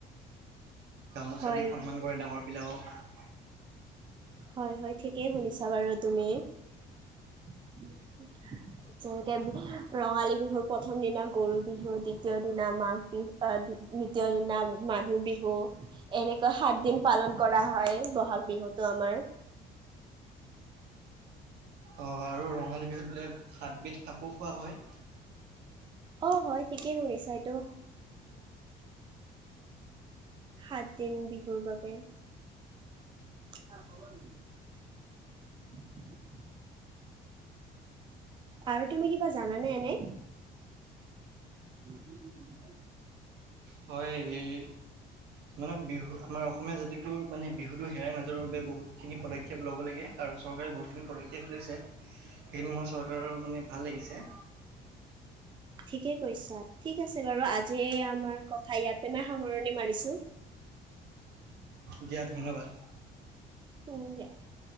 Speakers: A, on the right (about 80°); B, on the right (about 30°).
A: গামোচা
B: হয়,
A: দি সন্মান কৰে ডাঙৰ বিলাকক।
B: হয় হয়, ঠিকেই শুনিছা বাৰু তুমি। <unintelligible> যেনেকে ৰঙালী বিহুৰ প্ৰথম দিনা গৰু বিহু দ্বিতীয় দিনা মা বি আহ দ্বিতীয় দিনা মানুহ বিহু। এনেকৈ সাত দিন পালন কৰা হয় বহাগ বিহুতো আমাৰ।
A: অ আৰু ৰঙালী বিহুত বোলে সাতবিধ শাকো খোৱা হয়?
B: অ হয় ঠিকেই শুনিছা এইটো। সাত দিন বিহুৰ বাবে <unintelligible> আৰু তুমি কিবা জানানে এনে? <inaudible>
A: হয় এই মানে বিহু আমাৰ অসমীয়া জাতিটোৰ মানে বিহুটোৰ হেৰাই নাযাবৰ বাবে বহুতো খিনি পদক্ষেপ ল'ব লাগে আৰু চৰকাৰে বহুতখিনি পদক্ষেপ লৈছে। সেইখিনি মোৰ চৰকাৰৰ মানে ভাল লাগিছে
B: ঠিকে কৈছা ঠিক আছে বাৰু আজি আমাৰ কথা ইয়াতে মই সামৰণি মাৰিছো
A: দিয়া ধন্যবাদ
B: <unintelligible>